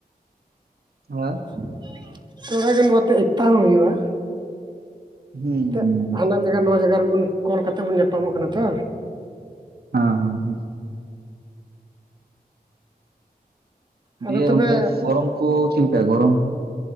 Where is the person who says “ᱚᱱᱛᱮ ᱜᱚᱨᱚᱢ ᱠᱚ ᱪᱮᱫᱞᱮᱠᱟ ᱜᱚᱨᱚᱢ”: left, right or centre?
Right